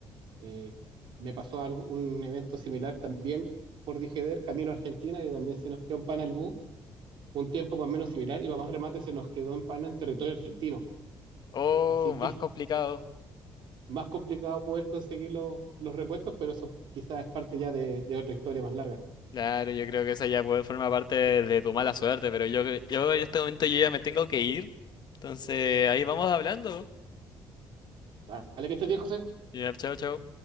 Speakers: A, on the right; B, on the left.
A: Eh, me pasó algo, un evento similar también por Dijeder, camino a Argentina, y también se nos quedó en Pana el bus. Un tiempo más o menos similar y para más remate se nos quedó en Pana en territorio argentino
B: Oh,
A: Así que
B: más
A: <laughs>
B: complicado.
A: más complicado poder conseguir los, los repuestos, pero eso quizás es parte ya de, de otra historia más larga.
B: Claro, yo creo que esa ya puede, forma parte de, tu mala suerte, pero yo, yo en este momento yo ya me tengo que ir. Entonces, ahí vamos hablando.
A: Vale, que estés bien, José.
B: Ya, chao, chao.